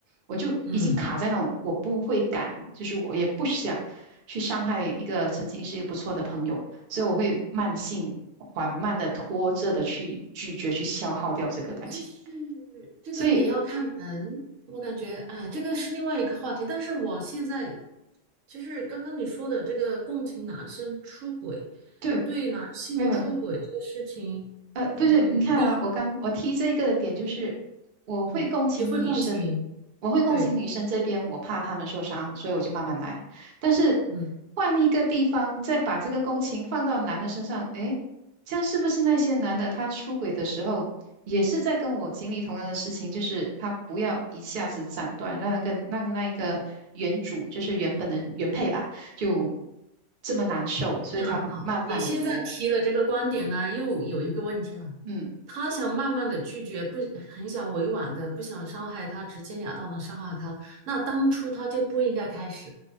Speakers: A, on the right (about 50°); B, on the right (about 75°).
A: 我就已经卡在那种，
B: 嗯。
A: 我不会敢，就是我也不想去伤害一个曾经是一个不错的朋友，所以我会慢性、缓慢的拖着的去拒绝，去消耗掉这个感情。
B: 就是这个你要看人，
A: 所以
B: 我感觉哎，这个是另外一个话题。但是我现在就是刚刚你说的这个共情男生出轨，
A: 对，
B: 对男性出轨这个事情，
A: 没有没有，呃，不是，
B: 嗯，
A: 你看啊，
B: 你
A: 我刚我提这一个的点就是，我会共情女生，
B: 嗯你会共情，
A: 我会共情女生这边，
B: 对，
A: 我怕她们受伤，所以我就慢慢来。但是
B: 嗯，
A: 换一个地方，再把这个共情放到男的身上，诶，这样是不是那些男的他出轨的时候，也是在跟我经历同样的事情，就是他不要一下子斩断，让那个让那一个原主，就是原本的原配吧，就这么难受，所以他慢慢的拖，
B: 那好，你现在提的这个观点呢，又有一个问题了。
A: 嗯。
B: 他想慢慢的拒绝，不很想委婉的，不想伤害他，直截了当的伤害他。那当初他就不应该开始。